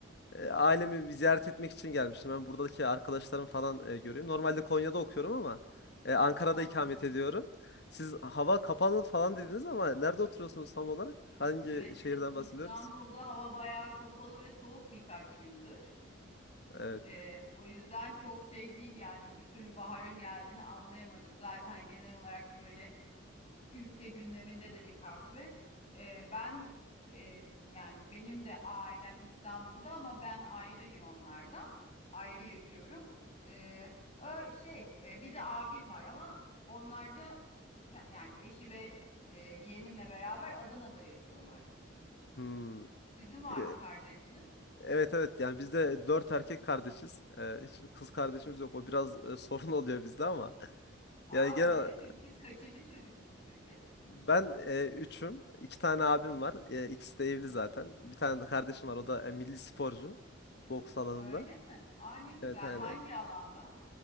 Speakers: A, on the left; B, on the left.
A: E, ailemi bir ziyaret etmek için gelmiştim. Ben buradaki arkadaşlarım falan e, göreyim. Normalde Konya'da okuyorum ama e, Ankara'da
B: Anladım.
A: ikamet ediyorum. Siz hava kapalı falan dediniz ama nerede oturuyorsunuz tam olarak? Hangi
B: Evet,
A: şehirden
B: İs- İstanbul'da
A: bahsediyoruz?
B: hava bayağı kapalı ve soğuk birkaç gündür.
A: Evet.
B: E, o yüzden çok şey değil yani bir türlü baharın geldiğini anlayamadık. Zaten genel olarak böyle ülke gündeminde de bir kasvet. Ee, ben e, yani benim de ailem İstanbul'da ama ben ayrıyım onlardan. Ayrı yaşıyorum. Ee, ö- şey e, bir de abim var ama onlar da ke- yani eşi ve e, yeğenimle beraber Adana'da yaşıyorlar.
A: Hmm.
B: Sizin var
A: E,
B: mı kardeşiniz?
A: Evet evet yani biz de dört erkek kardeşiz. E, hiç kız kardeşimiz yok. O biraz e, <laughs> sorun oluyor bizde ama. <laughs>
B: Aa
A: Yani genel
B: öyle mi? Siz kaçıncı çocuksunuz peki?
A: Ben e, üçüm. İki tane abim var. E, ikisi de evli zaten. Bir tane de kardeşim var. O da e, milli sporcu. Boks alanında.
B: Öyle mi? Aa ne güzel.
A: Evet aynen.
B: Hangi alanda?